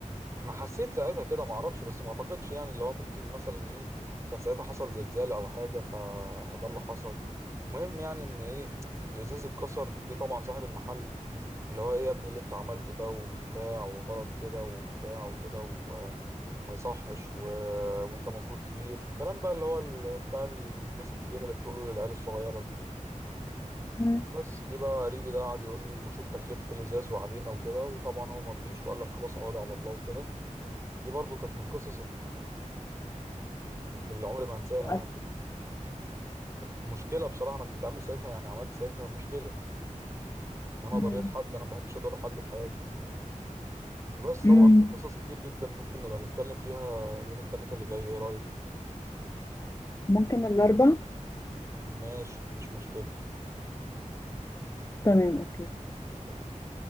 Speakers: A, on the right; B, on the left.
A: انا حسيت ساعتها كده ما اعرفش بس ما اعتقدش يعني اللي هو ممكن مثلا ايه كان ساعتها حصل زلزال او حاجه فده اللي حصل المهم يعني ان ايه الازاز اتكسر جه طبعا صاحب المحل اللي هو ايه يا ابني اللي انت عملته ده وبتاع وغلط كده وبتاع وكده و- وما يصحش و... وانت مفروض كبير الكلام بقى اللي هو ال... بتاع الناس الكبيره اللي بتقوله للعيال الصغيره ده
B: امم
A: بس جه بقى قريبي ده قعد يقول له شوف تكلفه الازاز وعلينا وكده وطبعا هو مرضيش وقال لك خلاص عوضي على الله وكده دي برضو كانت من القصص اللي عمري ما انساها
B: مؤثر
A: يعني كانت مشكله بصراحه انا كنت عامل ساعتها يعني عملت ساعتها مشكله ان انا
B: امم
A: ضريت حد انا ما بحبش اضر حد في حياتي يعني. وبس طبعا
B: امم
A: في قصص كتير جدا ممكن نبقى نتكلم فيها يوم الثلاثاء اللي جاي ايه رايك
B: ممكن الأربع
A: ماشي مفيش مشكله
B: تمام أوكي
A: تمام